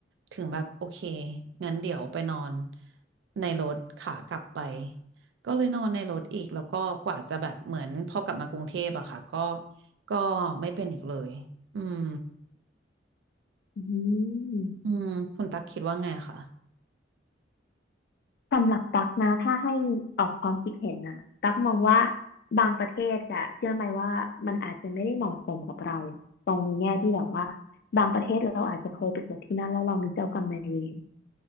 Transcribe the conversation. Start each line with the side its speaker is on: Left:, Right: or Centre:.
Right: ถึงแบบโอเคงั้นเดี๋ยวไปนอนในรถขากลับไปก็เลยนอนในรถอีกแล้วก็กว่าจะแบบเหมือนพอกลับมากรุงเทพอะค่ะก็ก็ไม่เป็นอีกเลยอืม
Left: อืม
Right: อืมคุณตักคิดว่าไงคะ
Left: สำหรับตั๊กนะถ้าให้ออกความคิดเห็นนะตั๊กมองว่าบางประเทศอะเชื่อไหมว่ามันอาจจะไม่ได้เหมาะสมกับเราตรงในแง่ที่แบบว่าบางประเทศเราอาจจะเคยไปเกิดที่นั่นแล้วเรามีเจ้ากรรมนายเวร